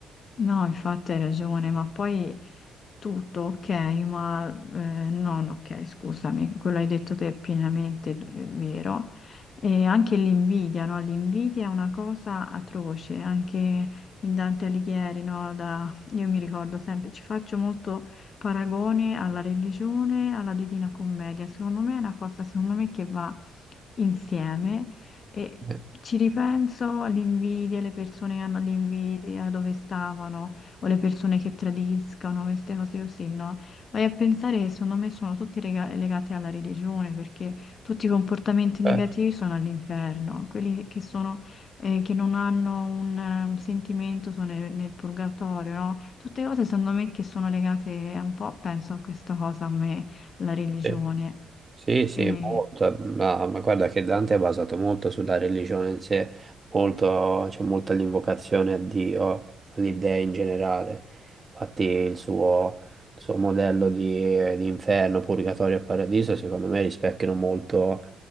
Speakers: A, on the left (about 50°); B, on the right (about 30°).
A: No, infatti hai ragione, ma poi tutto ok, ma eh, non ok, scusami, quello hai detto te è pienamente d- è vero. E anche l'invidia, no? L'invidia è una cosa atroce, anche in Dante Alighieri, no? Da- io mi ricordo sempre, ci faccio molto paragone alla religione, alla Divina Commedia, secondo me è una cosa, secondo me, che va insieme. E
B: Eh,
A: ci ripenso all'invidia, le persone che hanno l'invidia, dove stavano, o le persone che tradiscano, queste cose così, no? Vai a pensare che secondo me sono tutte lega- legate alla religione, perché tutti i comportamenti
B: eh,
A: negativi sono all'inferno, quelli che sono, eh, che non hanno un, un sentimento sono nel, nel purgatorio, no? Tutte cose secondo me che sono legate un po', penso a questa cosa come la religione.
B: sì. Sì, sì,
A: E...
B: molto. Ma, ma guarda che Dante è basato molto sulla religione in sé, molto, c'è molta l'invocazione a Dio, all'idea in generale. Infatti il suo, il suo modello di, di inferno, purgatorio e paradiso, secondo me rispecchiano molto